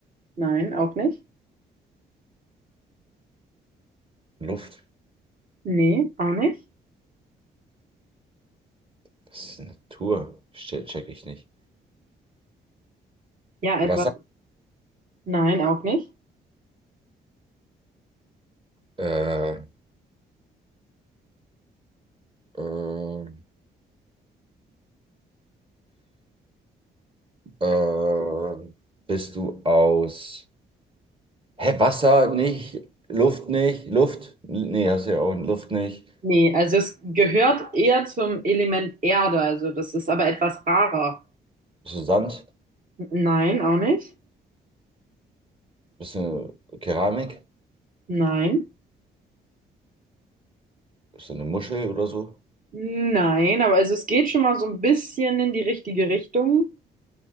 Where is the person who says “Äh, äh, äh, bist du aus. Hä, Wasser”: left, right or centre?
Right